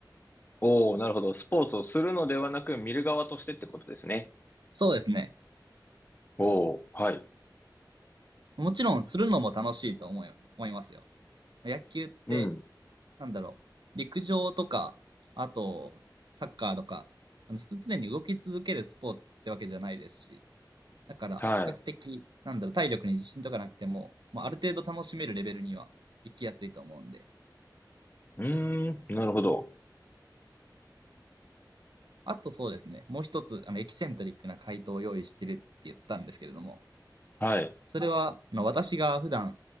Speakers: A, on the left; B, on the right.
A: おー、なるほど。スポーツをするのではなく見る側としてってことですね。
B: そうですね。
A: おー、はい。
B: もちろん、するのも楽しいと思い思いますよ。野球って、
A: うん。
B: なんだろう、陸上とか、あと、サッカーとか、あの、常に動き続けるスポーツってわけじゃないですし、だから、
A: はい。
B: 比較的、なんだろう、体力に自信とかなくても、まあ、ある程度楽しめるレベルには行きやすいと思うんで、
A: うーん、なるほど。
B: あとそうですね、もう一つ、あの、エキセントリックな回答を用意してるって言ったんですけれども、
A: はい。
B: それは、あの、私が普段、